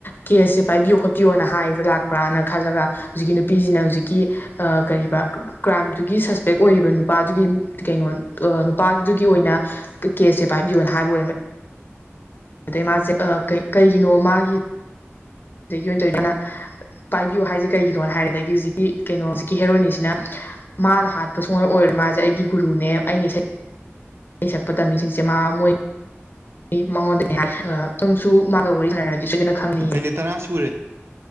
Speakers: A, on the left; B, on the right.
A: ꯀꯦꯁꯁꯦ ꯄꯥꯏꯕꯤꯌꯣ ꯈꯣꯠꯄꯤꯌꯣꯅ ꯍꯥꯏꯕ ꯂꯥꯛꯄ꯭ꯔꯥꯅ ꯈꯜꯂꯒ ꯍꯧꯖꯤꯛꯀꯤ ꯅꯨꯄꯤꯁꯤꯅ ꯍꯧꯖꯤꯛꯀꯤ ꯀ ꯀ꯭ꯔꯥꯏꯝꯗꯨꯒꯤ ꯁꯁꯄꯦꯛ ꯑꯣꯏꯔꯤꯕ ꯅꯨꯄꯥꯗꯨꯒꯤ ꯀꯩꯅꯣ ꯅꯨꯄꯥꯒꯤꯗꯨꯒꯤ ꯑꯣꯏꯅ ꯀꯦꯁꯁꯦ ꯄꯥꯏꯕꯤꯌꯣꯅ ꯍꯥꯏꯕ ꯑꯣꯏꯔꯝꯃꯦ ꯑꯗꯩ ꯃꯥꯁꯦ ꯀꯩ ꯀꯩꯒꯤꯅꯣ ꯃꯥꯒꯤ ꯑꯗꯒꯤ ꯇꯧꯗꯨꯅ ꯄꯥꯏꯕꯤꯌꯨ ꯍꯥꯏꯁꯦ ꯀꯩꯒꯤꯅꯣꯅ ꯍꯥꯏꯔꯦꯗꯒꯤ ꯍꯧꯖꯤꯛꯀꯤ ꯀꯩꯅꯣ ꯍꯦꯔꯣꯅꯤꯁꯤꯅ ꯃꯥꯅ ꯍꯥꯠꯄ ꯁꯨꯡ ꯑꯣꯢ ꯑꯣꯏꯔꯣꯢ ꯃꯥꯁꯦ ꯑꯩꯒꯤ ꯒꯨꯔꯨꯅꯦ ꯑꯩꯅ ꯏꯁꯩ꯫ ꯁꯩ ꯁꯛꯄ ꯇꯝꯃꯤꯁꯤꯡꯁꯦ ꯃꯥ ꯃꯣꯏ꯫ ꯑꯩ ꯃꯉꯣꯟꯗ <unintelligible> ꯅꯪꯁꯨ ꯃꯥꯒ ꯋꯥꯔꯤꯁꯟꯅꯔꯗꯤ ꯁꯣꯏꯗꯅ ꯈꯪꯅꯤ
B: ꯃꯦꯅꯤꯠ ꯇꯔꯥ ꯁꯨꯔꯦ